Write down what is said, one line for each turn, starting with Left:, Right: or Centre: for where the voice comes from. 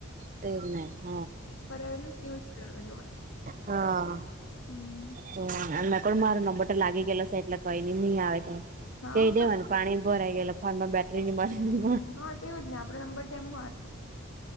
Right: તેજ ને હ
Left: પર રહેલું કરાવેલું તે જ કરાવે
Right: હા.
Left: હમ્મ.
Right: હમ્મ <unintelligible> મારો નંબર લાગી ગયેલો છે એટલે કઈ ની ની આવે તો
Left: હા
Right: કઈ દેવાનું પાણી ભરાય ગયેલા ફોનમાં બેટરી ની મલે
Left: હા તે જ આપણો નંબર તેમ હોય